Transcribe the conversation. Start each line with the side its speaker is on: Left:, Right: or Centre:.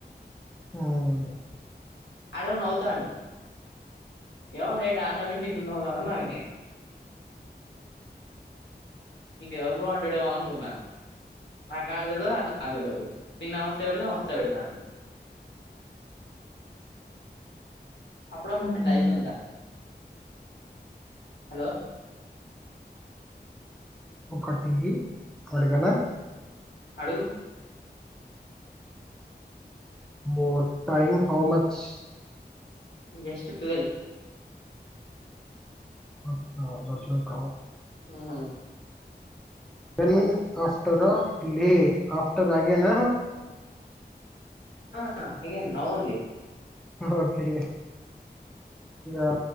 Centre: ఉమ్
Left: ఆడవ నావుతాండు డు కేవం నైట్ ఆడ నవ్ నీకుండ అవుతాని వి నను ఇంకెవరు బో అంటాడేమో అనుకున్నా నాకు ఆడ తెలి నాకు తెలిదు నీ న వస్తే పెడితే నవ వస్తే పెడతాడు అప్పుడప్పుడు
Centre: మ్మ్.
Left: ఎట్లా అయ్తుందిరా హలో
Centre: ఒకటి అడాగనా
Left: ఆడుగు
Centre: more time how much
Left: just twelve
Centre: అట్లా బదలే కా
Left: ఉహుమ్
Centre: దన్ ఆఫ్టర్ లే ఆఫ్టర్ అగేనా
Left: ఆ అగేన్ నౌ ఓన్లీ
Centre: ఓకే ఆ